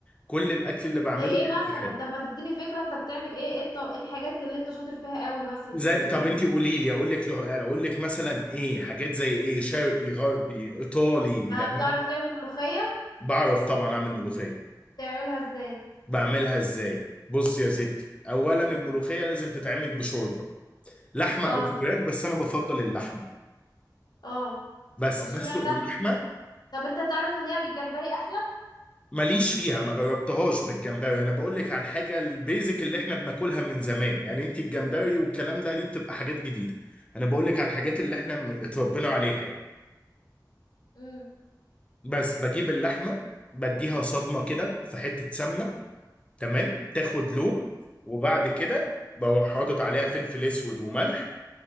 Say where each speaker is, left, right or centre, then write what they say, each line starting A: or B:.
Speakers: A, on the left; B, on the left.
A: كل الاكل اللي بعمله
B: زي إيه
A: بيطلع
B: مثلا
A: حلو
B: طب ما تديني فكرة أنت بتعمل إيه إيه الط- إيه الحاجات اللي أنت شاطر فيها قوي مثلا
A: زي
B: اديني فكرة
A: طب
B: كده
A: انت قولي لي اقول لك اقول لك مثلا ايه حاجات زي ايه شرقي غربي ايطالي
B: آه،
A: لان
B: بتعرف
A: انا
B: تعمل ملوخية
A: بعرف طبعا اعمل ملوخيه
B: تعملها إزاي
A: بعملها ازاي بص يا ستي
B: م-
A: اولا الملوخيه
B: م-
A: لازم تتعمل بشوربه لحمه
B: اه
A: او فراخ بس انا بفضل اللحمه
B: اه
A: بس
B: اشمعنى
A: بسلق اللحمه
B: طب انت تعرف ان هي بالجمبري احلى
A: ماليش فيها ما جربتهاش بالجمبري انا بقول لك على الحاجه البيزك اللي احنا بناكلها من زمان يعني انت الجمبري والكلام ده دي بتبقى حاجات جديده انا بقول لك على الحاجات اللي احنا م- اتربينا عليها يعني
B: امم
A: بس بجيب اللحمه بديها صدمه كده في حته سمنه تمام تاخد لون وبعد كده بروح حاطط عليها فلفل اسود وملح